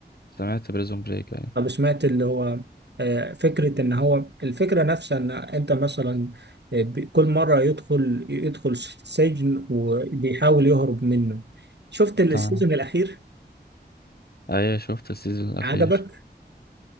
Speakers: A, on the left; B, on the right.
A: سمعت بريزون بريك ايوه
B: طب سمعت اللي هو آه، فكرة ان هو الفكرة نفسها ان انت مثلا آه، ب- كل مرة يدخل يدخل سجن وبيحاول يهرب منه شفت السيزون
A: تمام
B: الاخير
A: ايوه شفت السيزون الاخير
B: عجبك